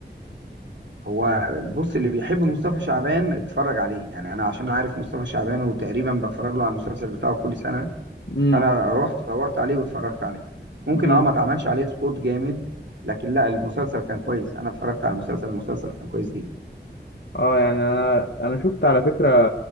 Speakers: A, on the right; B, on the left.
A: هو بص اللي بيحب مصطفى شعبان اتفرج عليه يعني انا عشان عارف مصطفى شعبان وتقريبا بتفرج له على المسلسل بتاعه كل سنة
B: مم.
A: فانا رحت دورت عليه واتفرجت عليه ممكن
B: مم.
A: اه ما اتعملش عليه سبوت جامد لكن لا المسلسل كان كويس انا اتفرجت على المسلسل المسلسل كان كويس جدا
B: اه يعني انا انا شفت على فكره